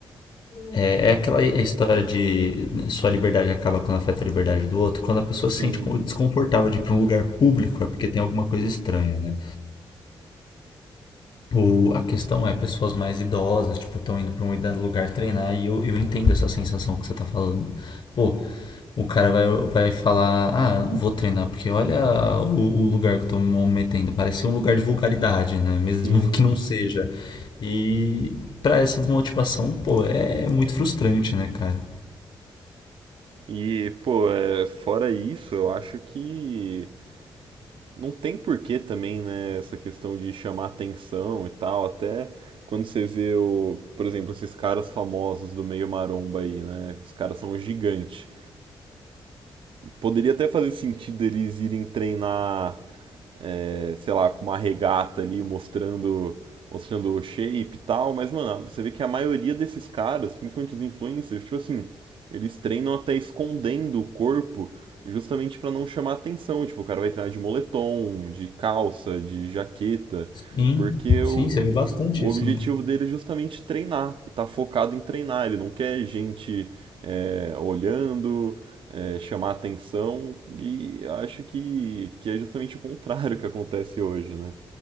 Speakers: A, on the left; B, on the right.
A: é, é aquela é história de sua liberdade acaba quando afeta a liberdade do outro. Quando a pessoa
B: Sim,
A: se sente desconfortável de ir para um lugar público, é porque tem alguma coisa estranha, né? O, a questão é pessoas mais idosas, tipo, estão indo para um lugar treinar e eu, eu entendo essa sensação que você tá falando. Pô, o cara vai, vai falar, ah, eu não vou treinar, porque olha o, o lugar que eu tô me metendo, parece ser um lugar de vulgaridade, né? Mesmo
B: sim.
A: que não seja. E para essa desmotivação, pô, é muito frustrante, né, cara?
B: E, pô, é, fora isso, eu acho que Não tem porquê também, né, essa questão de chamar atenção e tal, até quando você vê o, por exemplo, esses caras famosos do meio maromba aí, né? Os caras são gigantes. Poderia até fazer sentido eles irem treinar é, sei lá, com uma regata ali mostrando, mostrando o shape e tal, mas, mano, você vê que a maioria desses caras, principalmente os influencers, tipo assim, eles treinam até escondendo o corpo justamente pra não chamar atenção. Tipo, o cara vai treinar de moletom, de calça, de jaqueta,
A: Sim,
B: porque o,
A: sim, você vê bastante
B: o
A: isso,
B: objetivo
A: né?
B: dele é justamente treinar, e tá focado em treinar, ele não quer gente é, olhando é, chamar atenção e acho que, que é justamente o contrário que acontece hoje, né?